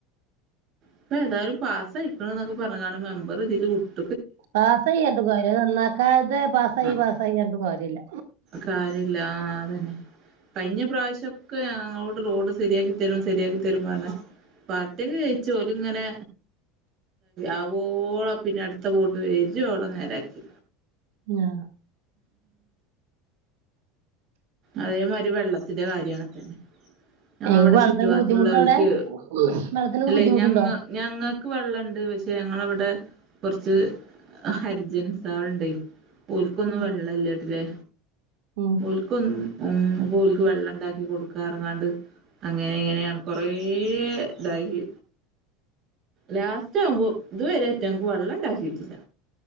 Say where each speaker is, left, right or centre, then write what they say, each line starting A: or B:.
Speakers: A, on the right (about 35°); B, on the right (about 90°).
A: ഇപ്പമേതായാലും പാസ്സായി. ഇപ്പള്എന്നൊക്കെ പറഞ്ഞാല് മെമ്പർ തിരിഞ്ഞു <unintelligible>
B: പാസ്സായിയതുപോലെ നന്നാക്കാതെ പാസ്സായി
A: ആഹ്
B: പാസ്സായി എന്ത്കാര്യം ഇല്ല
A: കാര്യല്ല ആഹ് അതന്നെ കഴിഞ്ഞ പ്രാവശ്യമൊക്കെ ഞങ്ങളോട് റോഡ് ശരിയാക്കി തരും, ശരിയാക്കി തരും പറഞ്ഞേ പാർട്ടിജയിച്ചുഓരിങ്ങനെ ആവോളം പിന്നെ അടുത്തവോട്ട് വരുവോളം നേരാക്കി
B: ആ..
A: അതേമാതിരി വെള്ളത്തിന്റെ കാര്യവുമങ്ങനെ തന്നെ ഞങ്ങളവിടെ
B: എങ്ങക്ക് വെള്ളത്തിനൊക്കെ
A: ചുറ്റുഭാഗത്തുള്ളവർക്ക്
B: ബുദ്ധിമുട്ടാ അവിടെ വെള്ളത്തിനൊക്കെ
A: അല്ലേ,
B: ബുദ്ധിമുട്ടുണ്ടോ
A: ഞങ്ങ ഞങ്ങൾക്ക് വെള്ളമുണ്ട്. പക്ഷേഞങ്ങളവിടെ വടെ കുറച്ച് ഹരിജൻസാൾണ്ട് ഓൽക്കൊന്നും
B: ഉം
A: വെള്ളല്ലല്ലേ
B: ഉം
A: ഒൽക്കൊന്ന് ഉ ഓൽക്ക് വെള്ളംണ്ടാക്കി കൊടുക്കാറഞാണ്ട് അങ്ങനെ ഇങ്ങനെയാണ് കൊറ ഇതായി ലാസ്റ്റ് ആവുമ്പോ ഇതുവരെ അയ്റ്റങ്ക്ക് വെള്ളം ഇണ്ടാക്കിയിട്ടില്ല